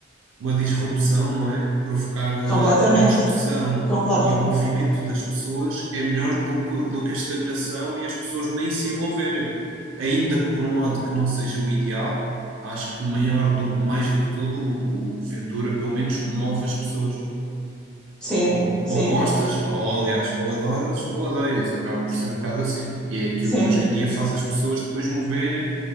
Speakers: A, on the right; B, in the centre.
A: uma disrupção, não é? Provocar eh,
B: completamente,
A: a discussão
B: concordo,
A: e o movimento das pessoas é melhor do que, do que a estagnação e as pessoas nem se envolverem. Ainda que por um lado que não seja o ideal, acho que maior do, mais do que tudo o o Ventura pelo menos move as pessoas.
B: sim,
A: Ou, ou
B: sim,
A: gostas, ou aliás, ou adoras ou odeias, acaba por ser um bocado assim. E é aquilo
B: sim,
A: que hoje em dia faz as pessoas depois moverem